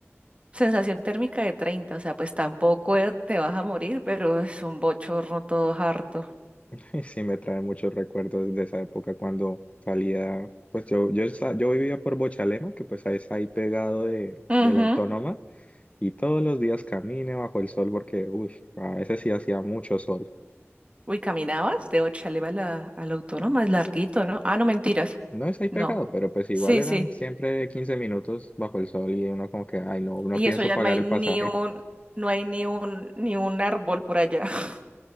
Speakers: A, on the right; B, on the left.
A: sensación térmica de 30, o sea, pues tampoco eh, te vas a morir, pero es un bochorno todo harto.
B: Y sí me trae muchos recuerdos de esa época cuando salía, pues yo, yo, sa- yo vivía por Bochalema, que pues ahí es ahí pegado de,
A: Ujú.
B: de la Autónoma, y todos los días camine bajo el sol porque, uy, a veces sí hacía mucho sol.
A: Uy, caminabas de Ochaleva a la, a la Autónoma, es larguito, ¿no? Ah, no, mentiras.
B: No es ahí pegado,
A: No.
B: pero pues igual
A: Sí,
B: eran
A: sí.
B: siempre 15 minutos bajo el sol y uno como que, ay no, no
A: Y
B: pienso
A: eso ya
B: pagar
A: no hay
B: el
A: ni
B: pasaje.
A: un, no hay ni un, ni un árbol por allá. <laughs>